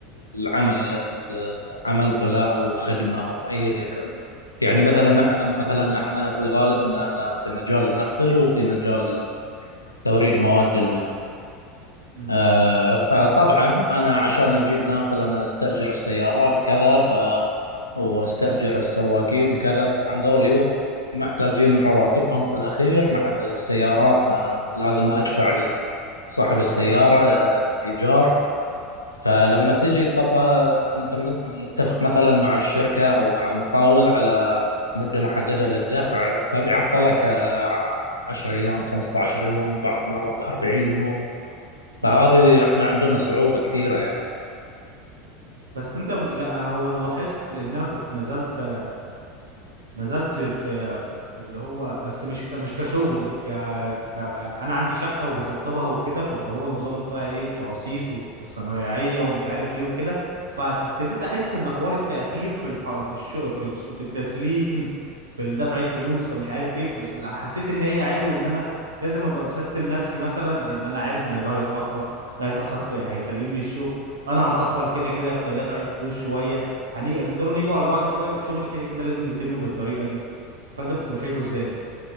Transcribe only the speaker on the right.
مم.
مم.
مم.
بس انت م- لا هو انا لاحظت لان انا كنت نزلت نزلت ش- آه، اللي هو بس مش ك... مش كشغل ك... ك... انا عندي شقه وبشطبها وكده فاللي هو نظام بقى ايه التقسيط والصنايعيه ومش عارف ايه وكده فابتديت احس ان حوار التاخير في الح... في الش... في الش... في التسليم في دفع الفلوس فمش عارف ايه بل- حسيت ان هي عادي وان انا لازم ابقى مسيستم نفسي مثلا ان انا عارف ان ده هيتاخر ده هيتاخر في هيسلمني الشغل انا هتاخر كده كده في دفع الفلوس شويه هنيجي هنفضلوا نيجوا على بعض شويه والشغل كده كده لازم يتم بالطريقه دي فانت بتكون شايفه ازاي